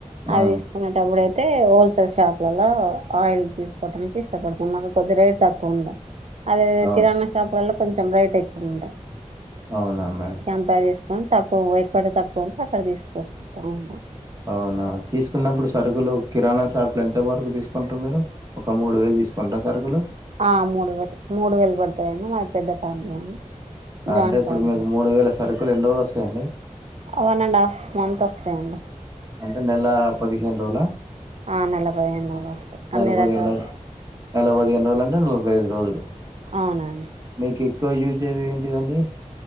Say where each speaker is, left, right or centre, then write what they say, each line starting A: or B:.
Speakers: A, on the right; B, on the right.
A: ఆ
B: అవేసుకున్నటప్పుడే అయితే హోల్సేల్ షాప్లలో ఆయిల్ తీసుకోవడానికి ఇష్టపడుతాం మనకు కొద్ది రేట్ తక్కువ ఉండే అదే
A: అవును
B: కిరాణా షాపు లో కొంచెం రీ ఎక్కువుండే
A: అవునా మే
B: <unintelligible> తీసుకొని పక్కకు పోయి ఎక్కడ తక్కువ ఉంటే అక్కడ తీసుకొసుకుంటామ్
A: అవునా తీసుకున్నప్పుడు సరుకులు కిరాణా షాపులు ఎంత వరకు తీసుకుంటారు మీరు ఒక మూడు వేలు తీసుకుంటార సరుకులు
B: ఆ మూడు వేలు మూడు వేలు పడతాయిండి మా పెద్ద ఫ్యామిలీ అండి
A: అంటే
B: జాయింట్
A: ఇప్పుడు
B: ఫ్యామిలీ
A: మీకు
B: అండి
A: మూడు వేల సరుకులు ఎన్ని రోజులు వస్తాయండి
B: వన్ అండ్ హాఫ్ మంత్ వస్తాయండి
A: అంటే నెల పదిహేను రోజులా
B: ఆ నలభై <inaudible> అన్ని
A: నెల పదిహేను
B: రకాలు
A: రోజులు నెల పదిహేను రోజులు అంటే నలభై ఐదు రోజులు
B: అవునండి
A: మీకు ఎక్కువ యూజ్ అయేది ఏంటిదండి